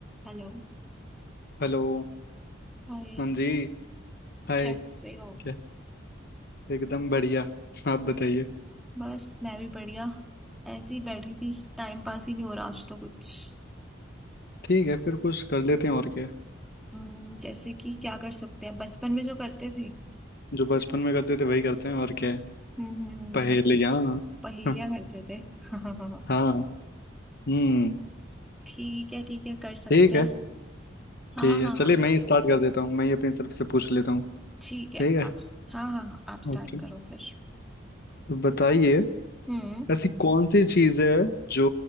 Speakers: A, in the centre; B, on the left (about 55°).
A: हेलो
B: Hello
A: हाय
B: हाँ जी Hi
A: कैसे हो
B: क्या एकदम बढ़िया आप बताइए
A: बस मैं भी बढ़िया ऐसे ही बैठी थी टाइम पास ही नहीं हो रहा आज तो कुछ
B: ठीक है फिर कुछ कर लेते हैं और क्या
A: हम्म, जैसे कि क्या कर सकते हैं बचपन में जो करते थे
B: जो बचपन में करते थे वही करते हैं और क्या है
A: हम्म
B: पहेलियाँ
A: पहेलियां
B: हाँ
A: करते थे <laughs> हाँ
B: हाँ, हम्म
A: ठीक है ठीक है कर सकते
B: ठीक
A: हैं
B: है
A: हाँ
B: ठीक
A: हाँ
B: है चलिए
A: हाँ
B: मैं ही स्टार्ट कर देता हूँ मैं ही अपनी तरफ से पूछ लेता हूँ
A: ठीक है
B: ठीक है
A: आप हाँ हाँ हाँ आप स्टार्ट
B: ओके
A: करो फिर
B: तो बताइए
A: हम्म
B: ऐसी कौन सी चीज़ है जो